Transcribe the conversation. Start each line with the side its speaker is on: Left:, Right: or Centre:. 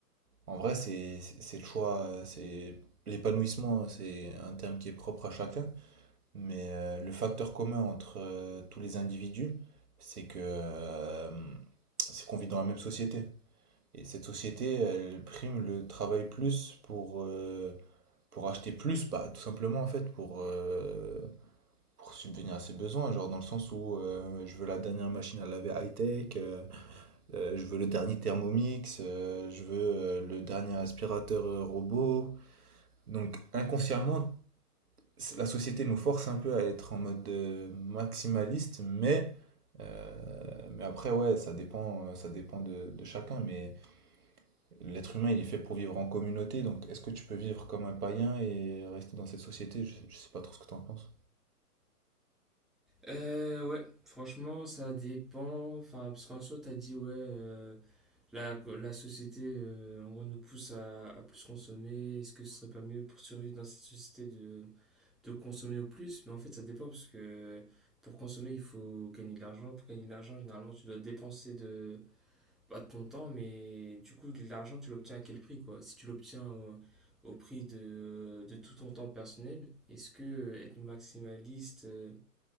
Right: en vrai, c'est c'est- c'est le choix, euh, c'est l'épanouissement, c'est un terme qui est propre à chacun. Mais euh, le facteur commun entre euh, tous les individus, c'est que euh, c'est qu'on vit dans la même société. Et cette société, elle prime le travail plus pour euh, pour acheter plus, bah tout simplement en fait pour euh, pour subvenir à ses besoins, genre dans le sens où euh, je veux la dernière machine à laver high-tech. euh, euh, je veux le dernier Thermomix, euh, je veux euh, le dernier aspirateur euh, robot. Donc inconsciemment, c- la société nous force un peu à être en mode euh, maximaliste, mais, euh, mais après, ouais, ça dépend, euh, ça dépend de, de chacun. Mais l'être humain, il est fait pour vivre en communauté, donc est-ce que tu peux vivre comme un païen et rester dans cette société? Je, je sais pas trop ce que tu en penses.
Centre: Euh, ouais, franchement, ça dépend. Enfin, parce qu'en soi, t'as dit, ouais, euh, la, la société, euh, en gros, nous pousse à, à plus consommer. Est-ce que ce serait pas mieux pour survivre dans cette société de, de consommer au plus? Mais en fait, ça dépend, parce que pour consommer, il faut gagner de l'argent. Pour gagner de l'argent, généralement, tu dois dépenser de, pas de ton temps, mais du coup, de l'argent, tu l'obtiens à quel prix, quoi? Si tu l'obtiens au, au prix de, de tout ton temps personnel, est-ce que euh, être maximaliste. euh,